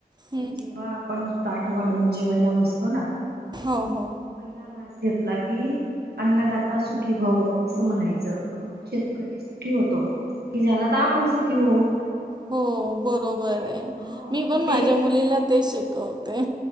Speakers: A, on the right (about 25°); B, on the right (about 85°).
A: हं.
B: कि जेव्हा आपण ताट वाढून जेवायला बसतो ना,
A: हो हो.
B: पहिला घास घेतला की, अन्नदाता सुखी भव असं म्हणायचं तर मग शेतकरी सुखी होतो, तो सुखी झाला त आपण सुखी होऊ.
A: हो बरोबरे,
B: म्हणजे हो
A: मी
B: म्हणजे
A: पण माझ्या मुलीला तेच शिकवते.